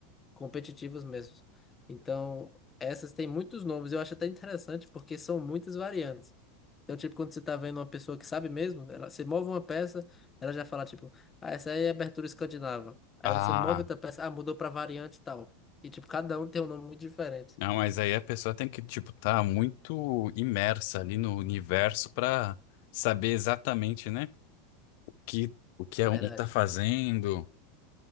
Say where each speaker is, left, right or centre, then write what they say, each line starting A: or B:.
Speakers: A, on the left; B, on the left.
A: competitivos mesmos. Então, essas têm muitos nomes. Eu acho até interessante porque são muitas variantes. Então, tipo, quando você tá vendo uma pessoa que sabe mesmo, ela, você move uma peça, ela já fala, tipo, ah, essa aí é abertura escandinava. Aí
B: Ah.
A: você move outra peça, ah, mudou pra variante e tal. E, tipo, cada um tem um nome muito diferente.
B: Não, mas aí a pessoa tem que, tipo, tá muito imersa ali no universo pra saber exatamente, né, que, o que
A: É
B: um
A: verdade.
B: tá fazendo.